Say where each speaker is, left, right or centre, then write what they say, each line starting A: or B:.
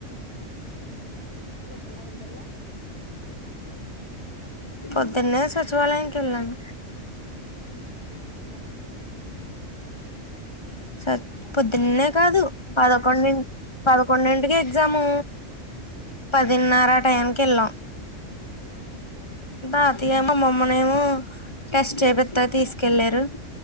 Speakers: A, on the left (about 50°); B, on the left (about 35°).
A: పొద్దున ఎక్కడికి ఎల్లవ్
B: పొద్దున్నే సచివాలయంకేళ్ళను
A: ఉహు
B: స పొద్దున్నే కాదు పదకొండు ఇ పదకొండింటికి ఎగ్జామూ పదిన్నర ఆ టైంకి కేళ్ళాం
A: ఉహు
B: దాతి ఏమో మామ్మనేమో టెస్ట్ చేపిత్త తీస్కెళ్ళారు